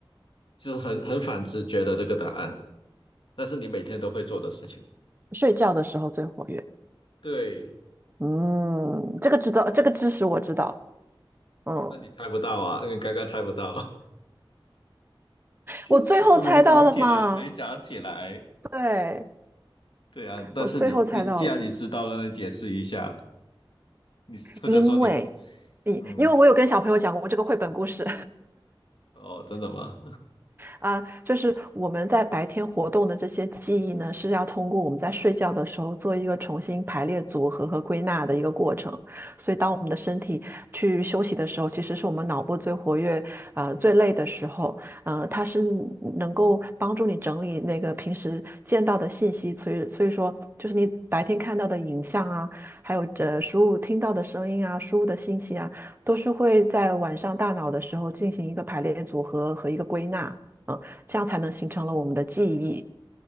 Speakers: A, on the left (about 70°); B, on the right (about 25°).
A: 就是很很反直觉的这个答案，但是你每天都会做的事情。
B: 睡觉的时候最活跃。
A: 对，
B: 嗯，这个知道，这个知识我知道。嗯，
A: 那你猜不到啊，你刚刚猜不到，<laughs>
B: 我最后猜到了嘛？
A: 你是不是没想起来？没想起来。
B: 对，
A: 对啊，但是你你既然你知道了，
B: 我最后猜到了，
A: 那你解释一下，你或者说你
B: 因为你，
A: 嗯，
B: 因为我有跟小朋友讲过这个绘本故事。
A: 哦，真的吗？
B: 啊，就是我们在白天活动的这些记忆呢，是要通过我们在睡觉的时候做一个重新排列组合和归纳的一个过程。所以，当我们的身体去休息的时候，其实是我们脑部最活跃、呃最累的时候。呃，它是能够帮助你整理那个平时见到的信息，所以所以说，就是你白天看到的影像啊，还有呃输入听到的声音啊，输入的信息啊，都是会在晚上大脑的时候进行一个排列组合和一个归纳。嗯，这样才能形成了我们的记忆。